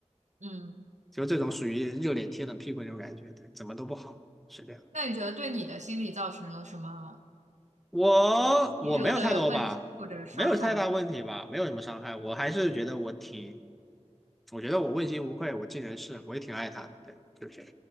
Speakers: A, on the right; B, in the centre.
A: 嗯，
B: 就这种属于热脸贴冷屁股那种感觉，对，怎么都不好，是这样。
A: 那你觉得对你的心理造成了什么
B: 我我没有太多吧，
A: 遗留的问题或者伤害吗？
B: 没有太大问题吧，没有什么伤害。我还是觉得我挺，我觉得我问心无愧，我尽人事，我也挺爱他的，对，就是。